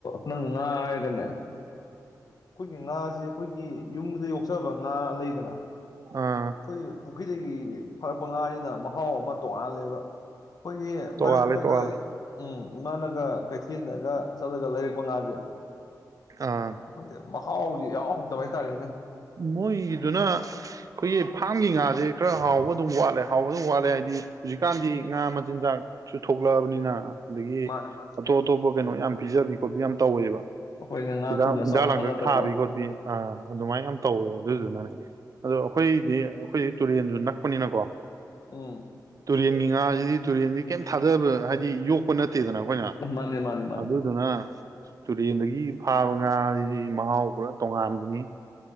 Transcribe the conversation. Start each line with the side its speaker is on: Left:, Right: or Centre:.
Left: ꯅꯪ ꯉꯥ ꯍꯥꯏꯔꯒꯅꯦ ꯑꯩꯈꯣꯏꯒꯤ ꯉꯥꯁꯦ ꯑꯩꯈꯣꯏꯒꯤ ꯌꯨꯝꯗ ꯌꯣꯛꯆꯕ ꯉꯥ ꯂꯩꯗꯅ <unintelligible>
Right: ꯑꯥ
Left: ꯄꯨꯈ꯭ꯔꯤꯗꯒꯤ ꯐꯥꯔꯛꯄ ꯉꯥꯁꯤꯅ ꯃꯍꯥꯎ ꯑꯃ ꯇꯣꯡꯉꯥꯜꯂꯦꯕ ꯑꯩꯈꯣꯏꯒꯤ
Right: ꯇꯣꯉꯥꯜꯂꯦ
Left: ꯃꯔꯛꯇꯒ
Right: ꯇꯣꯉꯥꯜꯂꯦ
Left: ꯎꯝ ꯏꯃꯥꯅꯒ ꯀꯩꯊꯦꯜꯗꯒ ꯆꯠꯂꯒ ꯂꯩꯔꯛꯄ ꯉꯥꯁꯦ
Right: ꯑꯥ
Left: ꯋꯥꯪꯗꯦ ꯃꯍꯥꯎꯁꯤ ꯌꯥꯎ ꯍꯧꯗꯕ ꯍꯥꯏꯇꯥꯔꯦꯅꯦ
Right: ꯃꯣꯏꯗꯨꯅ ꯑꯩꯈꯣꯏꯒꯤ ꯐꯥꯝꯒꯤ ꯉꯥꯁꯦ ꯈꯔ ꯍꯥꯎꯕ ꯑꯗꯨꯝ ꯋꯥꯠꯂꯦ ꯍꯥꯎꯕ ꯑꯗꯨꯝ ꯋꯥꯠꯂꯦ ꯍꯥꯏꯗꯤ ꯍꯧꯖꯤꯛꯀꯥꯟꯗꯤ ꯉꯥ ꯃꯆꯤꯟꯖꯥꯛꯁꯨ ꯊꯣꯛꯂꯛꯑꯕꯅꯤꯅ ꯑꯗꯒꯤ
Left: ꯃꯥꯅꯦ ꯃꯥꯅꯦ
Right: ꯑꯇꯣꯞ ꯑꯇꯣꯞꯄ ꯀꯩꯅꯣ ꯌꯥꯝ ꯄꯤꯖꯕꯤ ꯌꯥꯝ ꯇꯧꯋꯦꯕ
Left: ꯑꯩꯈꯣꯏꯅ ꯉꯅꯥ
Right: ꯍꯤꯗꯥꯛ
Left: ꯊꯨꯅ
Right: ꯍꯤꯗꯥꯛ
Left: ꯆꯥꯎꯥꯎꯅ
Right: ꯂꯥꯡꯊꯛ
Left: ꯑꯃ ꯅꯠꯇꯀꯣ
Right: ꯊꯥꯕꯤ ꯈꯣꯠꯄꯤ ꯑꯥ ꯑꯗꯨꯃꯥꯏꯅ ꯌꯥꯝ ꯇꯧꯋꯦ ꯑꯗꯨꯗꯨꯅꯅꯦ ꯑꯗꯣ ꯑꯩꯈꯣꯏꯗꯤ ꯑꯩꯈꯣꯏꯗꯤ ꯇꯨꯔꯦꯟꯁꯨ ꯅꯛꯄꯅꯤꯅꯀꯣ
Left: ꯎꯝ
Right: ꯇꯨꯔꯦꯟꯒꯤ ꯉꯥꯁꯤꯗꯤ ꯇꯨꯔꯦꯜꯗꯤ ꯀꯩꯝ ꯊꯥꯗꯕ ꯍꯥꯏꯗꯤ ꯌꯣꯛꯄ ꯅꯠꯇꯦ ꯆꯠꯇꯦꯗꯅ ꯑꯩꯈꯣꯏꯅ
Left: ꯃꯥꯅꯦ ꯃꯥꯅꯦ ꯃꯥꯅꯦ
Right: ꯑꯗꯨꯗꯨꯅ ꯇꯨꯔꯦꯟꯗꯒꯤ ꯐꯥꯕ ꯉꯥꯁꯤꯗꯤ ꯃꯍꯥꯎ ꯄꯨꯔꯥ ꯇꯣꯉꯥꯟꯕꯅꯤ